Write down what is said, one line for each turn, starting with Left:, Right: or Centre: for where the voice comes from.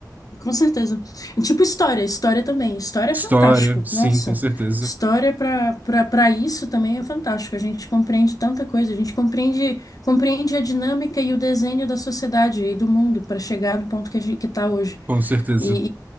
Left: Com certeza. É Tipo história, história também. História é
Right: História,
Left: fantástico.
Right: sim,
Left: Nossa,
Right: com certeza.
Left: história para para para isso também é fantástico. A gente compreende tanta coisa, a gente compreende compreende a dinâmica e o desenho da sociedade e do mundo para chegar no ponto que a gente que está hoje.
Right: Com certeza.
Left: E,